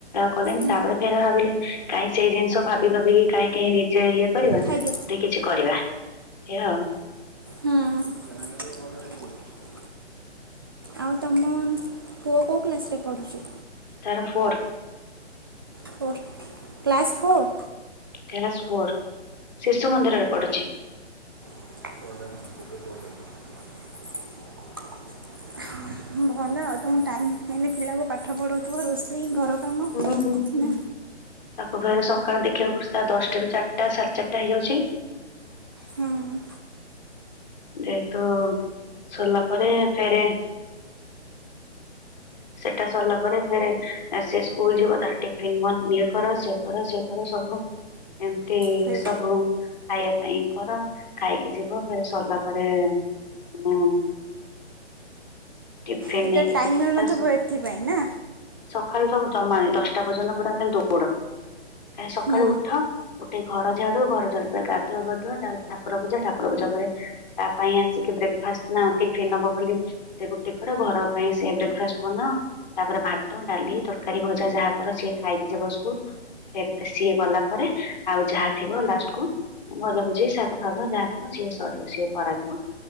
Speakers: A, on the left (about 40°); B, on the right (about 20°).
A: କଲେନି
B: ହୁଁ।
A: ତାପରେ ଫେରେ ଭାବିଲି କାହିଁ ସେଇ ଜିନିଷ ଭାବି ଭାବିକି କାହିଁକି ନିଜେ ଇଏ- କରିବା
B: ଖାଇଦିଅ
A: ନାଇ କିଛି କରିବା ହେଇଆ ଆଉ।
B: ହୁଁ। <unintelligible> ଆଉ ତମ ପୁଅ କେଉଁ କ୍ଲାସ୍ ରେ ପଢ଼ୁଛି?
A: ତାର four.
B: Four, class four?
A: Class four, ଶିଶୁ ମନ୍ଦିରରେ ପଡ଼ୁଛି।
B: <unintelligible> ଭଲ ଆଉ ତମକୁ ଟାଇମ୍ ହୁଏନି ପିଲାକୁ ପାଠ ପଢ଼ଉଥିବ ରୋଷେଇ ଘର କାମ
A: ହୁଁ, ହୁଁ, ହୁଁ।
B: ନା
A: ତାକୁ ଫେରେ ସକାଳୁ ଦେଖିବା ପଡୁଛି ଦଶଟାରୁ ଚାରିଟା ସାଢ଼େ ଚାରିଟା ହେଇଯାଉଛି।
B: ହୁଁ
A: ଯେହେତୁ ସରିଲା ପରେ ଫେରେ ସେଟା ସରିଲା ପରେ ଫେରେ ସେ ସ୍କୁଲ ଯିବ ତାର ଟିଫିନ୍ ଇଏ କର ସିଏ କର ସିଏ ପରେ ସବୁ ଏମିତି
B: ସେଇ
A: ସବୁ ଖାଇବା ପାଇଁ କର ଖାଇକି ଯିବ ଫେରେ ସରିଲା ପରେ ମୁଁ ଟିଫନ୍
B: ଟୋଟାଲ୍
A: ନେଇକି
B: ଟାଇମ୍
A: ଯିବ
B: ମିଳୁନଥିବ
A: ତା ସହ?
B: ଏଥିପାଇଁ ନା
A: ସକାଳୁ ତ ଜମା ଦଶଟା ପର୍ଯ୍ୟନ୍ତ ପୁରା ଖାଲି ଦୌଡ କାଁ ସକାଳୁ
B: ହୁଁ।
A: ଉଠ ଉଠିକି ଘର ଝାଡୁ, ଘର ଝାଡୁ ପରେ ଗାଧୁଆ ପାଧୁଆ ତାପରେ ଠାକୁର ପୂଜା, ଠାକୁର ପୂଜା ପରେ ତା ପାଇଁ ଆସିକି ବ୍ରେକ୍ ଫାଷ୍ଟ ନା ଟିଫିନ୍ ନେବ ବୋଲି ସେ ରୁଟି କର ଘର ପାଇଁ ସେ ବ୍ରେକ୍ ଫାଷ୍ଟ ବନାଅ ତାପରେ ଭାତ, ଡାଲି, ତରକାରୀ, ଭଜା ଯାହା କର ସିଏ ଖାଇକି ଯିବ ସ୍କୁଲ। ଏ ସିଏ ଗଲା ପରେ ଆଉ ଯାହା ଥିବ ଲାଷ୍ଟକୁୁ ଭଜାଭୁଜି ଶାଗ, ଫାଗ ଯାହାଥିବ ସିଏ ସରିିବ ସିଏ କରାଯିବ